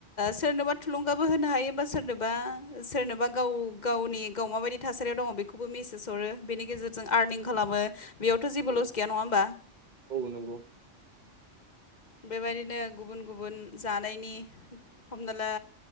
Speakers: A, on the left; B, on the right.
A: सोरनोबा थुलुंगाबो होनो हायोबा सोरनोबा सोरनोबा गाव गावनि। गाव माबायदि थासारियाव दङ बेखौबो मिेसेज हरो बेनि गेजेरजों आर्निं खालामो बेयावथ' जेबो
B: औ
A: लस गैया नङा होमबा।
B: औ नंगौ
A: बेबायदिनो गुबुन गुबुन जानायनि हमना ला।